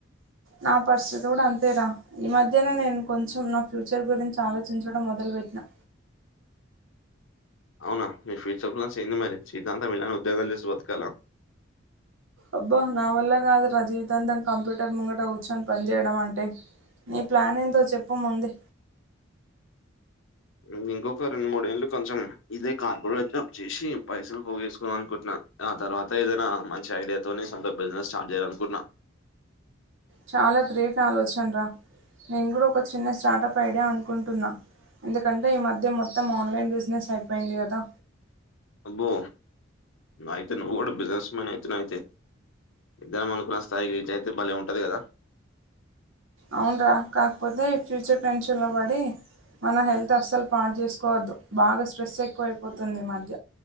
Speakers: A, on the right (about 80°); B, on the left (about 75°).
A: నా పరిస్థితి కూడా అంతేరా ఈ మధ్యనే నేన్ కొంచెం నొప్ ఫ్యూచర్ గురించి ఆలోచించడం మొదల్ వెటన్య
B: అవునా మీ ఫ్యూచర్ మరి సీతాంతం ఇలానే ఉద్యోగాలు చేసి బతకాల
A: అబ్బా నా వల్ల కాదు రా జీవితాంతం కంప్యూటర్ ముంగట కూర్చొని పనిజేయడం అంటే నీ ప్లాన్ చెప్ప ముందే
B: ఇగ్ ఇంకొక రెండు మూడేళ్ళు కొంచెం ఇదే కార్పొరేతమ్ చేసి పైసలు పోగేసుకున్నం అనుకున్నా ఆ తర్వాత ఏదైనా మంచి ఐడియాతోనీ సొంత బిజినెస్ స్టార్ట్ జేయాలనుకుంట్నా
A: చాలా గ్రేట్ ఆలోచనరా నేను కూడా ఒక చిన్న స్టార్టప్ ఐడియా అనుకుంటున్నా. ఎందుకంటే ఈ మధ్య మొత్తం ఆన్లైన్ బిజినెస్ అయిపోయింది గదా
B: అబ్బో నాయితే నువ్ గూడా బిజినెస్ మ్యాన్ అయితున్నావ్ నాయితే ఇద్దరం అనుకున్న స్థాయికి రిచ్ అయితే బలే ఉంటది గదా.
A: అవున్ రా కాకపోతే ఫ్యూచర్ టెన్షన్ లో వడి మన హెల్త్ అస్సలు పాడ్ జేసుకోవద్దు బాగా స్ట్రెస్ ఎక్కువైపోతుంది ఈ మధ్య